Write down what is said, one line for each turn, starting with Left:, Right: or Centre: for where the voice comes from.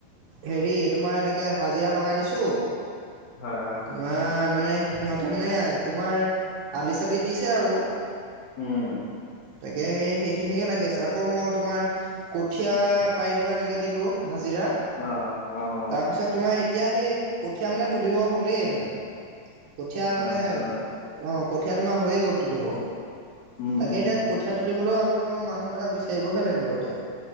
Right: হেৰি তোমাৰ এনেকে হাজিৰা লগাই দিছোঁ।
Left: হয়ঁ হয়ঁ।
Right: ওআ মানে সিহঁতে মানে তোমাৰ আলি চালি দিছে আৰু।
Left: উমঁ।
Right: তাকে সেই সেইখিনিকে লাগি আছে আকৌ মই তোমাৰ। কঠীয়াা পাৰিবলৈ এনেকৈ দিলোঁ হাজিৰা।
Left: অঁ অঁ!
Right: তাৰপিছত তোমাৰ এতিয়া সেই কঠীয়া মানে তুলিব হ'লেই মানে। কঠীয়া মানে
Left: আচ্ছা
Right: অ কঠীয়া তোমাৰ হৈয়ে গ'ল তুলিব।
Left: উম
Right: তাকে
Left: উম
Right: এতিয়া কঠীয়া তুলিবলৈও আকৌ মই মানুহ এটা বিচাৰিবহে লাগিব এতিয়া।